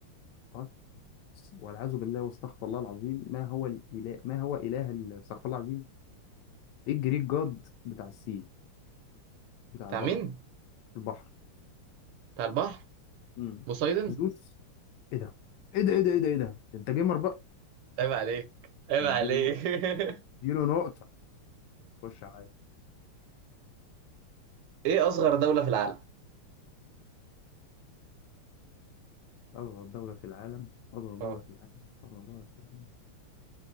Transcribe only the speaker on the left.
طيب والعياذ بالله واستغفر الله العظيم ما هو الاله ما هو اله ال- استغفر الله العظيم ايه الجريك جاد بتاع السي بتاع
البحر
البحر
امم
زوس ايه ده ايه ده ايه ده ايه ده ايه ده ده انت جيمر بقى
اديله
نقطه
اديله نقطه خش عليا
أصغر دولة في العالم أصغر دولة
في العالم أصغر دولة في العالم